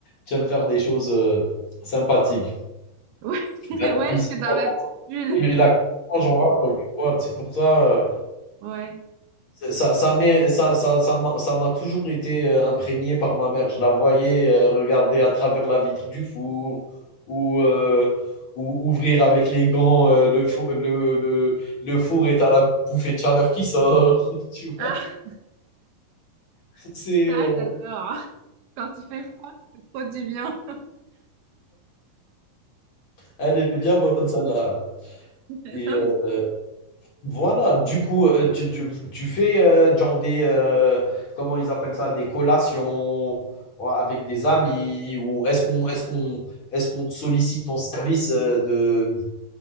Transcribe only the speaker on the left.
tu aimes faire des choses euh, sympathiques.
Ben, la cuisine,
on
en
dit, mais la cuisine, moi, j'en raffole. Tu vois, c'est pour ça. euh,
C'est- Ça, ça, m'est- ça, ça, ça m'a ça m'a toujours été euh, imprégné par ma mère. Je la voyais euh, regarder à travers la vitre du four ou, euh, ou ouvrir avec les gants euh, le, four, le, le, le four et t'as la bouffée de chaleur qui sort. <laughs> Tu vois,
c'est,
euh,
elle est bien bonne celle-là.
Et
euh,
Voilà, du coup, heu, tu tu tu fais, heu, genre des, heu, comment ils appellent ça? Des collations, ou avec des amis ou est-ce qu'on est-ce qu'on est-ce qu'on te sollicite ton service, heu, de